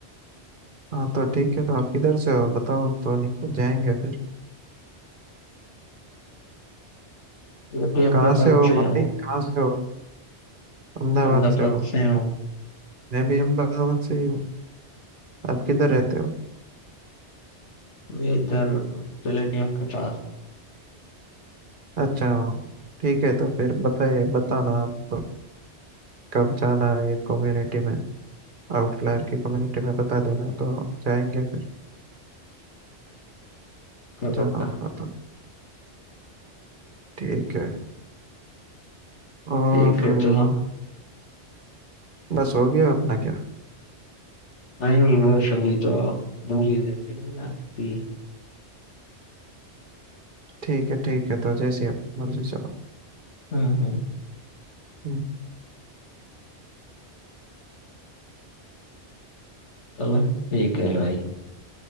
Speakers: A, on the right (about 50°); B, on the left (about 85°).
A: हाँ तो ठीक है तो आप किधर से हो बताओ तो निकल जाएंगे फिर
B: मैं भी अहमदाबाद
A: कहाँ से हो
B: से
A: भाई
B: हूँ
A: कहाँ से हो अहमदाबाद
B: अहमदाबाद
A: से हो
B: से हूँ
A: मैं भी अहमदाबाद से ही हूँ आप किधर रहते हो
B: मैं इधर पैलेडियम के पास
A: अच्छा ठीक है तो फिर बताइए बताना आप कब जाना है ये कम्युनिटी में आउटलायर की कम्युनिटी में बता देना तो जाएंगे फिर
B: का पक्का
A: जाना होगा तो ठीक है और
B: ठीक है
A: अ,
B: चलो
A: बस हो गया अपना क्या
B: नहीं बस अभी तो मूवी देखेंगे ना अभी
A: ठीक है ठीक है तो जैसे आप मर्जी चलो
B: हम्म हम्म
A: हम्म,
B: चलो ठीक है भाई